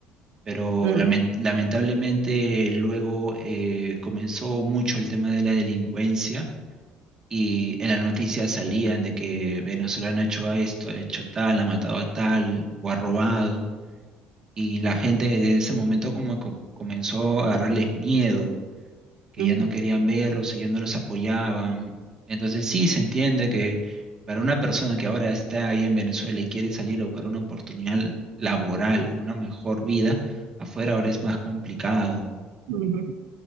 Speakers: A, on the right; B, on the right.
A: Pero
B: mm.
A: lamen- lamentablemente luego eh, comenzó mucho el tema de la delincuencia y en las noticias salían de que venezolano ha hecho esto, ha hecho tal, ha matado a tal o ha robado. Y la gente desde ese momento como co- comenzó a agarrarles miedo, que
B: Ujú,
A: ya no querían verlos, que ya no los apoyaban. Entonces sí se entiende que para una persona que ahora está ahí en Venezuela y quiere salir a buscar una oportunidad laboral, una mejor vida, afuera ahora es más complicado.
B: ujú.